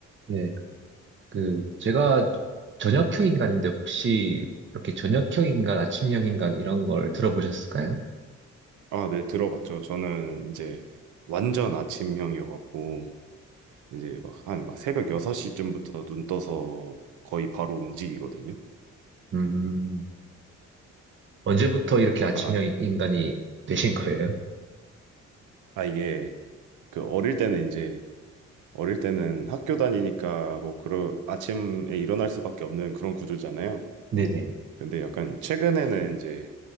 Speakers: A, on the right; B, on the right.
A: 네, 그, 제가 저녁형 인간인데 혹시 이렇게 저녁형 인간, 아침형 인간 이런 걸 들어보셨을까요?
B: 아, 네, 들어봤죠. 저는 이제 완전 아침형이어갖고, 이제 막 한 막 새벽 6시쯤부터 눈 떠서 거의 바로 움직이거든요.
A: 음, 언제부터 이렇게
B: 약간,
A: 아침형
B: 아,
A: 인간이
B: 음.
A: 되신 거예요?
B: 아, 이게 그 어릴 때는 이제, 어릴 때는 학교 다니니까 뭐 그런 아침에 일어날 수밖에 없는 그런 구조잖아요.
A: 네네.
B: 근데 약간 최근에는 이제